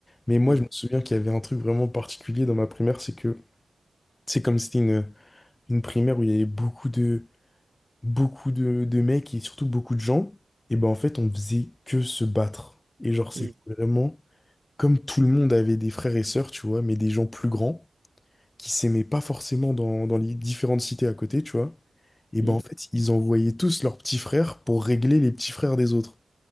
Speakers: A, on the left; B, on the right.
A: Mais moi,
B: hum,
A: je me souviens qu'il y avait un truc vraiment particulier dans ma primaire, c'est que, c'est comme c'était une, une primaire où il y avait beaucoup de, beaucoup de, de mecs et surtout beaucoup de gens, et ben en fait, on faisait que se battre. Et genre, c'était
B: hum,
A: vraiment comme tout le monde avait des frères et sœurs, tu vois, mais des gens plus grands. qui s'aimaient pas forcément dans, dans les différentes cités à côté, tu vois. Et
B: hum,
A: ben en fait, ils envoyaient tous leurs petits frères pour régler les petits frères des autres.